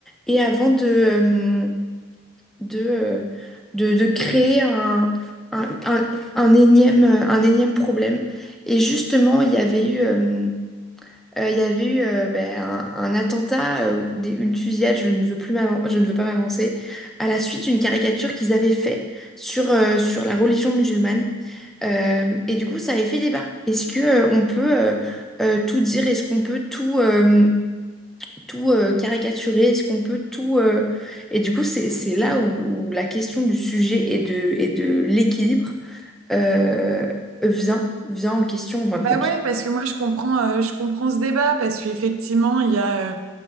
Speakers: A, in the centre; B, on the right (about 80°).
A: et avant de, euh, de, euh, de, de créer un, un, un- un énième, euh, un énième problème. Et justement, il y avait eu, euh, euh, il y avait eu euh, ben, un, un attentat, euh, des- une fusillade, je ne veux plus m'avan- je ne veux pas m'avancer, à la suite d'une caricature qu'ils avaient fait sur, euh, sur la religion musulmane. Euh, et du coup, ça avait fait débat. Est-ce que, euh, on peut euh, euh, tout dire? Est-ce qu'on peut tout... euh, tout euh, caricaturer? Est-ce qu'on peut tout... euh, Et du coup, c'est, c'est là où, où la question du sujet et de, et de l'équilibre euh, vient, vient en question en fin de
B: Bah
A: compte.
B: ouais, parce que moi je comprends, euh, je comprends ce débat parce qu'effectivement il y a, euh,